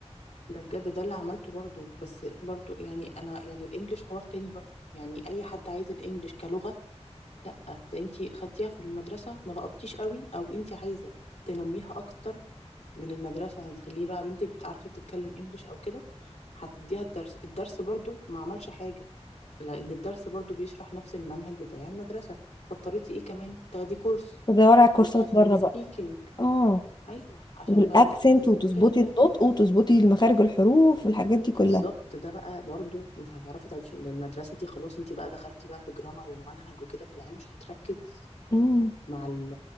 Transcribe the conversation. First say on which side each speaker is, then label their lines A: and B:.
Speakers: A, on the left; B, on the left.
A: ده بجد ده اللي عملته برضو بس برضو يعني انا يعني الانجليش حوار تاني برضو يعني اي حد عايز الانجليش كلغه لا ده انتي خدتيها في المدرسة ما لقطتيش قوي او انتي عايزة تنميها اكتر من المدرسة يعني تخليه بقى بنتك بت- عارفة بتتكلم انجليش او كده هتديها الدرس الدرس برضو ما عملش حاجة لان الدرس برضو بيشرح نفس المنهج بتاع المدرسة فاضطريتي ايه كمان تاخدي كورس
B: بدور على
A: كورس
B: كورسات
A: عشان
B: بره
A: السبيكينج
B: بقى اه
A: ايوه عشان
B: والاكسنت
A: بقى تعلميها
B: وتظبطي
A: تتكلم
B: النطق وتظبطي مخارج الحروف والحاجات دي كلها
A: بالظبط ده بقى برضو مش هتعرفي تاخديه من المدرسة دي خلاص انتي بقى دخلتي بقى في جرامر ومنهج وكده في العلم مش هتركز
B: امم
A: مع ال